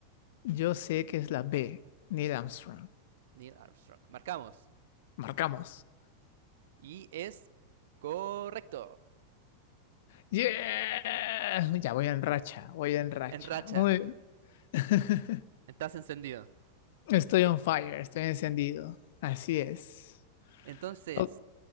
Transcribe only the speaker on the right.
Neil Armstrong. Marcamos.
Y es correcto.
En racha.
Estás encendido.
Entonces,